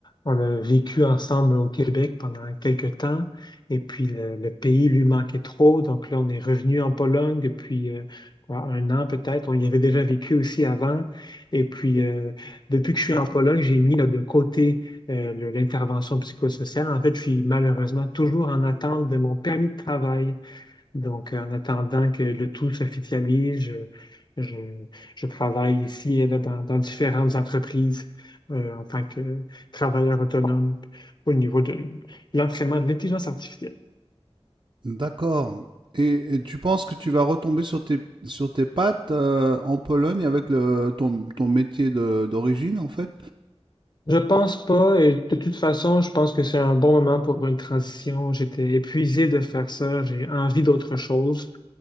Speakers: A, on the left; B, on the right.
A: On a vécu ensemble au Québec pendant quelques temps, et puis le, le pays lui manquait trop. Donc là, on est revenu en Pologne depuis euh, quoi, un an peut-être. On y avait déjà vécu aussi avant. Et puis, euh, depuis que je suis en Pologne, j'ai mis là, de côté euh, le- l'intervention psychosociale. En fait, je suis malheureusement toujours en attente de mon permis de travail. Donc, en attendant que le tout s'officialise, je, je, je travaille ici et là dans, dans différentes entreprises euh, en tant que travailleur autonome au niveau de l'entraînement de l'intelligence artificielle.
B: D'accord. Et, et tu penses que tu vas retomber sur tes, sur tes pattes euh, en Pologne avec le, ton, ton métier de- d'origine, en fait?
A: Je pense pas, et de toute façon, je pense que c'est un bon moment pour une transition. J'étais épuisé de faire ça, j'ai envie d'autre chose.